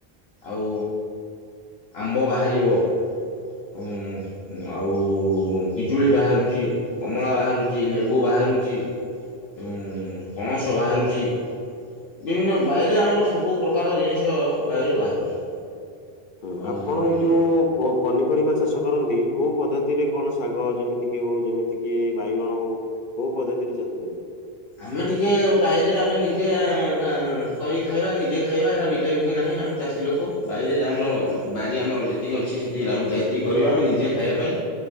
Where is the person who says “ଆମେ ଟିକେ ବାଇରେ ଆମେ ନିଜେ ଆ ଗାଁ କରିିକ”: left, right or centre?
Left